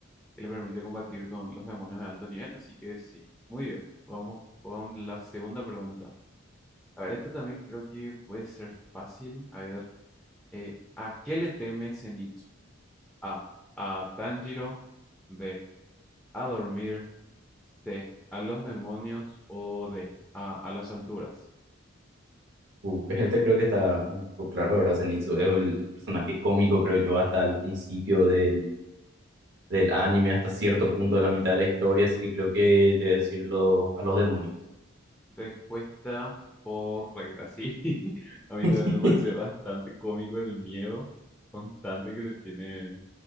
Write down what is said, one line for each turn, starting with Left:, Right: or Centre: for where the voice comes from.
Centre: que le permite combatir con los demonios de alto nivel, así que sí, muy bien. Vamos con la segunda pregunta. A ver, esta también creo que puede ser fácil. A ver, eh, ¿a qué le teme Zenitsu? A, a Tanjiro, B, a dormir, C, a los demonios o D, a, a las alturas.
Right: Uh, este creo que está un poco claro, ¿verdad? Zenitsu es el, el personaje cómico, creo yo, hasta el principio del, del anime, hasta cierto punto de la mitad de la historia, así que creo que debe decirlo a los demonios.
Centre: Respuesta correcta, sí. <laughs> A mí también
Right: <laughs>
Centre: me parece bastante cómico el miedo constante que le tiene